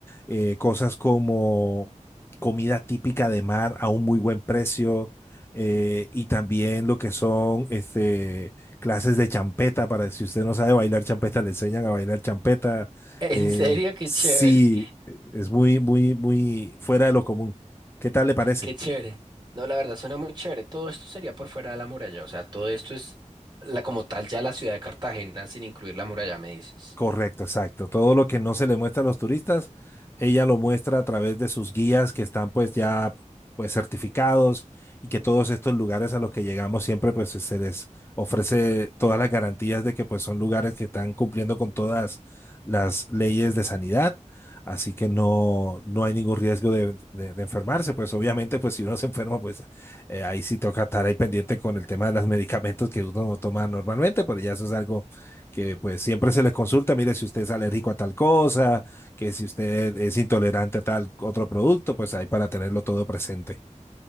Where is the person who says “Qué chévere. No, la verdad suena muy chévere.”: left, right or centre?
Right